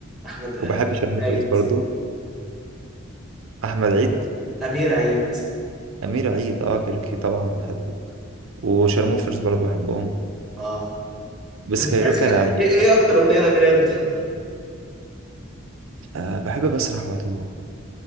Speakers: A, in the centre; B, on the right (about 80°).
A: احمد آه،
B: وبحب شرموفرز
A: أمير عيد
B: برضو أحمد عيد
A: امير عيد
B: أمير عيد أه كايروكي طبعا بحبه وشرموفرز برضو بحبهم
A: اه
B: بس
A: انت
B: كايروكا
A: بتحس ايه
B: أنا يعني
A: إيه اكتر اغنيه لامير عيد بتحبها
B: أه بحب بسرح واتوه